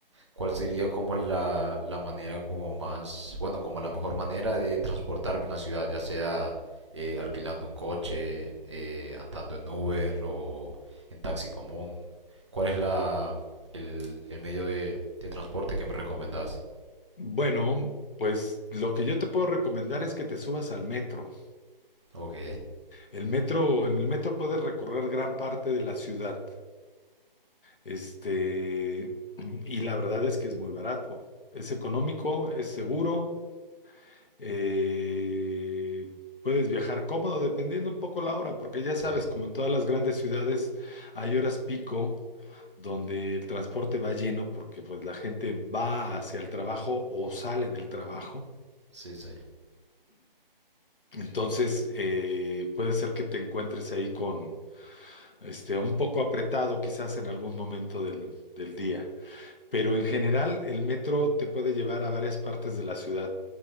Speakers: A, on the right; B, on the left.
A: ¿Cuál sería como la, la manera como más, bueno, como la mejor manera de transportarme en la ciudad, ya sea eh, alquilando un coche, eh, andando en Uber o en taxi común? ¿Cuál es la, el, el medio de, de transporte que me recomendás?
B: Bueno, pues lo que yo te puedo recomendar es que te subas al metro.
A: Ok,
B: El metro, en el metro puedes recorrer gran parte de la ciudad. Este, <clears throat> y la verdad es que es muy barato. Es económico, es seguro. eh, puedes viajar cómodo dependiendo un poco la hora, porque ya
A: sí,
B: sabes, como en todas las grandes ciudades, hay horas pico donde el transporte va lleno porque pues la gente va hacia el trabajo o sale del trabajo.
A: sí, sí.
B: Entonces, eh, puede ser que te encuentres ahí con este un poco apretado quizás en algún momento del del día. Pero en general, el metro te puede llevar a varias partes de la ciudad.